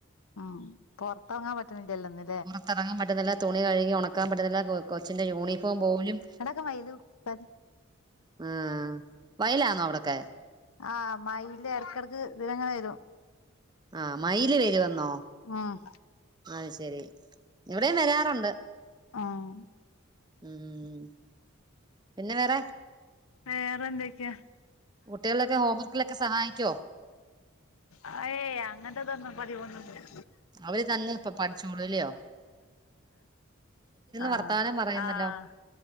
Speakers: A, on the left; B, on the right.
A: ഉം പുറത്തങ്ങാൻ പറ്റണില്ലല്ലോ നി
B: പുറത്തിറങ്ങാൻ പറ്റുന്നില്ല, തുണി കഴുകി ഉണക്കാൻ പറ്റുന്നില്ല, കൊച്ചിന്റെ യൂണിഫോം പോലും
A: ഇവടൊക്കെ വെയ്ലു <unintelligible>
B: ആഹ് വയലാന്നോ അവിടൊക്കെ?
A: ആഹ് മയില് എടക്കെടക്ക് ഇതിലങ്ങനെ വരും
B: ആഹ് മയില് വരുവെന്നോ?
A: ഉം
B: അത് ശെരി ഇവിടെയും വരാറുണ്ട്.
A: ആഹ്
B: ഉം പിന്നെ വേറെ?
A: വേറെ എന്തൊക്കെയാ?
B: കുട്ടികളെയൊക്കെ ഹോംവർക്കിലൊക്കെ സഹായിക്കോ?
A: അഹ് ഏയ് അങ്ങൻത്തതൊന്നും പതിവൊന്നും ഇല്ല
B: അവര് തന്നെ ഇപ്പൊ പഠിച്ചോളുല്ലയോ
A: ആഹ്
B: വർത്താനം പറയുന്നല്ലോ
A: ആഹ്